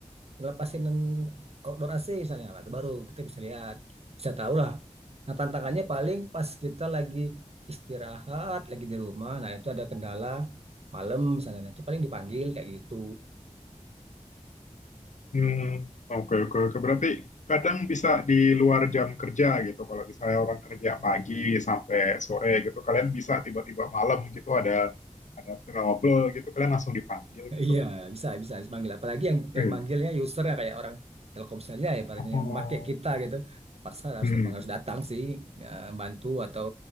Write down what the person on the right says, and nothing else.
ngelepasin outdoor AC misalnya Nah, itu baru kita bisa lihat bisa tahu lah nah tantangannya paling pas kita lagi istirahat lagi di rumah nah itu ada kendala malam misalnya Nah, itu paling dipanggil kayak gitu
Iya, bisa, bisa manggil. Apalagi yang
yang manggilnya user ya kayak orang Telkomselnya ya, barangnya
yang pakai kita gitu. Terpaksa harus
memang harus datang sih, ya, bantu atau